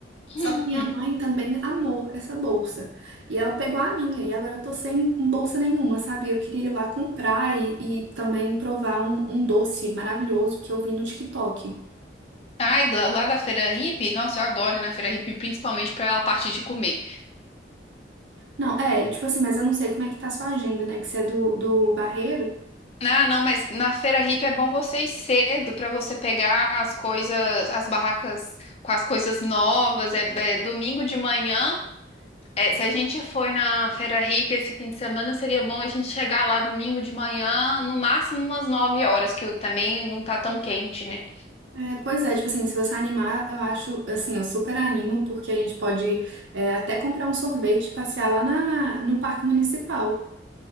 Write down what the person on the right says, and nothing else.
Só que minha mãe também amou essa bolsa. E ela pegou a minha, e agora eu tô sem bolsa nenhuma, sabe? Eu queria ir lá comprar e, e também provar um, um doce maravilhoso que eu vi no TikTok.
Não, é, tipo assim, mas eu não sei como é que tá a sua agenda, né? Que você é do, do Barreiro.
É, pois é, tipo assim, se você animar, eu acho, assim, eu super animo, porque a gente pode é, até comprar um sorvete e passear lá na, no Parque Municipal.